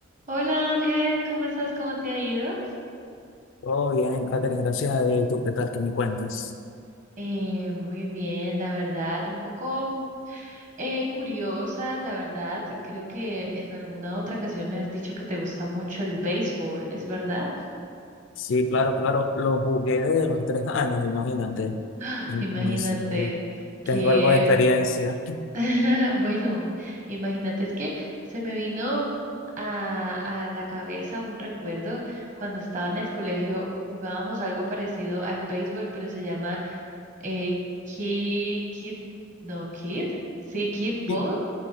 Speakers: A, on the right; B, on the left.
A: Hola Ángel, ¿cómo estás? ¿Cómo te ha ido?
B: Todo bien, Katherine, gracias a Dios. ¿Y tú qué tal? ¿Qué me cuentas?
A: Eh, muy bien, la verdad, un poco eh, curiosa, la verdad. Creo que en alguna otra ocasión me has dicho que te gusta mucho el béisbol, ¿es verdad?
B: Sí, claro, claro. Lo jugué desde los tres años, imagínate.
A: ¡Ah!
B: Entonces,
A: Imagínate que,
B: tengo algo de experiencia.
A: <laughs> bueno, imagínate, es que se me vino a, a la cabeza un recuerdo cuando estaba en el colegio, jugábamos algo parecido al béisbol, pero se llama Eh, Kid, Kid, no, Kid, sí, Kid Ball.
B: Y-